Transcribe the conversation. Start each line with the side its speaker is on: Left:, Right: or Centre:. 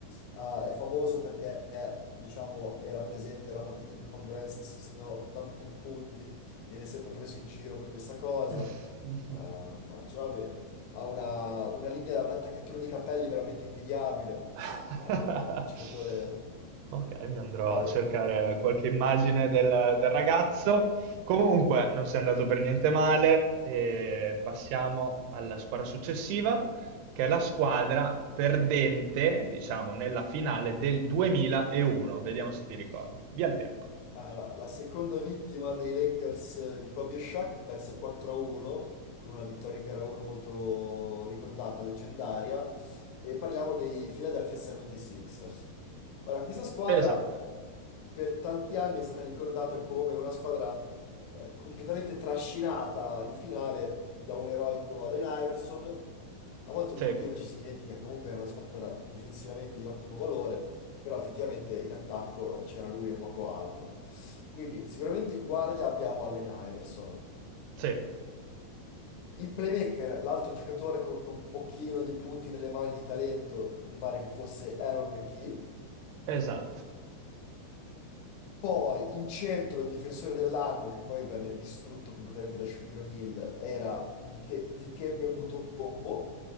Left: ha- è famoso perché, eh, diciamo, era presente alla partita in cui Kobe Bryant se- segnò 81 punti, viene sempre preso in giro per questa cosa.
Right: <laughs>
Left: Ah, mannaggia, va bene. Ha una, una linea, un'attaccatura dei capelli veramente invidiabile.
Right: <laughs>
Left: Ah, no, giocatore...
Right: Ok, mi andrò
Left: Va
Right: a
Left: bene.
Right: cercare qualche immagine del, del ragazzo. Comunque, non si è andato per niente male. E passiamo alla squadra successiva, che è la squadra perdente, diciamo, nella finale del 2001. Vediamo se ti ricordi. Via il tempo.
Left: Allora, la seconda vittima dei Lakers eh, di Kobe e Shaq perse 4-1 con una vittoria in gara 1 molto ricordata, leggendaria. E parliamo dei Philadelphia 76ers. Ora, questa squadra
Right: Esatto.
Left: per tanti anni è stata ricordata come una squadra eh, completamente trascinata in finale da un eroico Allen Iverson a volte
Right: Sì,
Left: un pochino ci si dimentica che comunque era una squadra difensivamente di ottimo valore, però effettivamente in attacco eh, c'era lui e poco altro. Quindi sicuramente in guardia abbiamo Allen Iverson.
Right: sì,
Left: In playmaker, l'altro giocatore con un pochino di punti nelle mani di talento, mi pare che fosse Aaron McKee.
Right: esatto.
Left: Poi in centro il difensore dell'anno, che poi venne distrutto completamente da Shaquille O'Neal, era Dike- Dikembe Mutombo,